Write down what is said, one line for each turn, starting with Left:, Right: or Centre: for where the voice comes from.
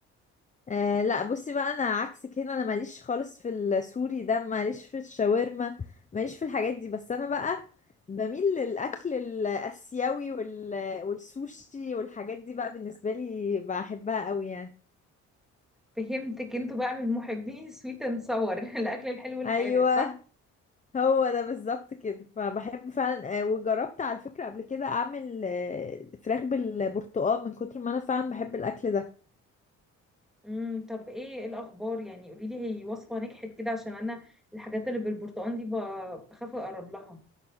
Left: أه لا بصي بقى انا عكسك هنا انا ماليش خالص في السوري ده ماليش في الشاورما ماليش في الحاجات دي بس انا بقى بميل للاكل الاسيوي وال... والسوشي والحاجات دي بقى بالنسبه لي بحبها قوي يعني
Centre: فهمتك انتوا بقى من محبين سويت اند صور <laughs> الاكل الحلو والحادق
Left: ايوه
Centre: صح
Left: هو ده بالظبط كده فبحب فعلا أه وجربت على فكره قبل كده اعمل أه فراخ بالبرتقال من كتر ما انا فعلا بحب الاكل ده
Centre: امم طب ايه الاخبار يعني قولي لي هي وصفة نجحت كده عشان انا الحاجات اللي بالبرتقال دي ب- بخاف اقرب لها